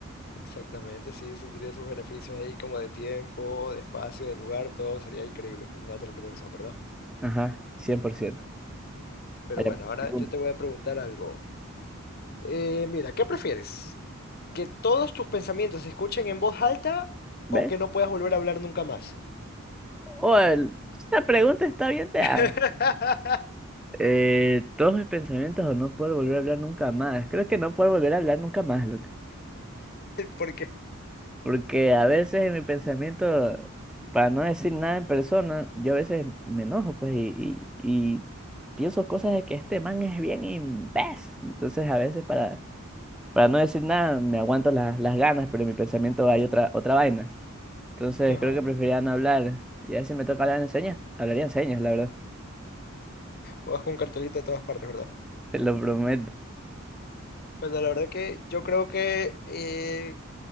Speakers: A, on the left (about 45°); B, in the centre.
A: Exactamente, sí, sí tendría sus beneficios ahí como de tiempo, de espacio, de lugar, todo sería increíble con una teleportación, ¿verdad?
B: Ajá, cien por ciento
A: Pero
B: Allá
A: bueno,
B: pregunta
A: ahora yo te voy a preguntar algo. Eh, mira, ¿qué prefieres? ¿Que todos tus pensamientos se escuchen en voz alta
B: ¿ves?
A: o que no puedas volver a hablar nunca más?
B: O el- esta pregunta está bien de
A: <laughs>
B: antes. Eh, todos mis pensamientos o no puedo volver a hablar nunca más. Creo que no puedo volver a hablar nunca más,
A: ¿Por qué?
B: Porque a veces en mi pensamiento, para no decir nada en persona, yo a veces me enojo, pues, y, y, y pienso cosas de que este man es bien imbécil. Entonces, a veces para, para no decir nada, me aguanto las, las ganas, pero en mi pensamiento hay otra, otra vaina. Entonces,
A: Ajá.
B: creo que preferiría no hablar. Ya si me toca hablar en señas, hablaría en señas, la verdad.
A: Vas con un cartelito a todas partes, ¿verdad?
B: Te lo prometo.
A: Bueno, la verdad que yo creo que eh,